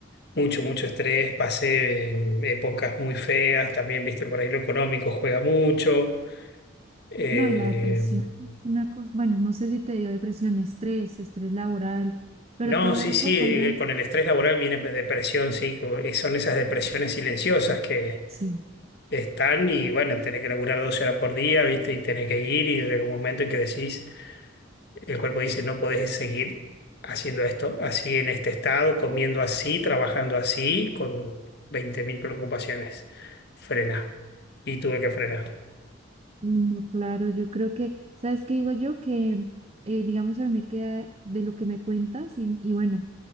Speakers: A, on the left; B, on the right.
A: Mucho, mucho estrés, pasé eh, épocas muy feas, también, viste, por ahí lo económico juega mucho. Eh,
B: No, y la depresión es una cosa, bueno, no sé si te dio depresión, estrés, estrés laboral, pero
A: no,
B: todo
A: sí,
B: eso
A: sí,
B: fuera,
A: eh, con el estrés laboral viene depresión, sí, co- eh, son esas depresiones silenciosas que
B: sí,
A: están y bueno, tenés que laburar 12 horas por día, viste, y tenés que ir y llega un momento en que decís, el cuerpo dice, no podés seguir haciendo esto así, en este estado, comiendo así, trabajando así, con 20.000 preocupaciones. Frena. Y tuve que frenar.
B: no, claro, yo creo que, ¿sabes qué digo yo? Que, eh, digamos, a mí me queda de lo que me cuentas y, y bueno.